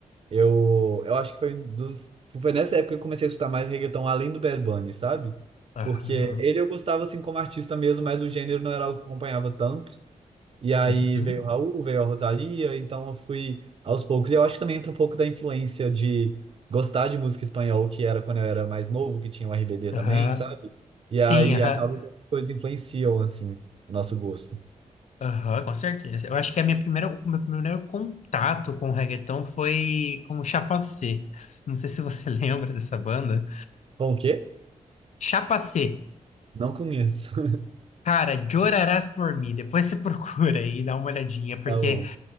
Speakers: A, on the right; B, on the left.
A: eu, eu acho que foi um dos, foi nessa época que eu comecei a escutar mais reggaeton, além do Bad Bunny, sabe?
B: Aham.
A: Porque ele eu gostava, assim, como artista mesmo, mas o gênero não era algo que eu acompanhava tanto. E aí
B: Uhum.
A: veio o Raul, veio a Rosalía então eu fui aos poucos. E eu acho que também entra um pouco da influência de gostar de música espanhol, que era quando eu era mais novo, que tinha o RBD
B: Aham.
A: também, sabe? E
B: Sim,
A: aí
B: aham.
A: acaba que as coisas influenciam, assim, o nosso gosto.
B: Aham, com certeza. Eu acho que a minha primeira, o meu primeiro contato com o reggaeton foi com o Chapacê. Não sei se você <laughs> lembra dessa banda.
A: Com o quê?
B: Chapacê.
A: Não conheço. <laughs>
B: Cara, Chorarás por mim. Depois você <laughs> procura aí, e dá uma olhadinha, porque
A: Tá bom.